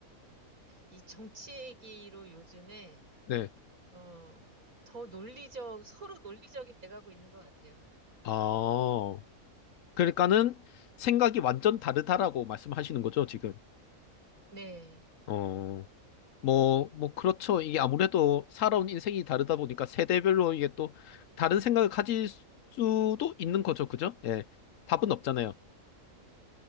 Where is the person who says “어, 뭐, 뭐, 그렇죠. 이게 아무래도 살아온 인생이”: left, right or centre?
Left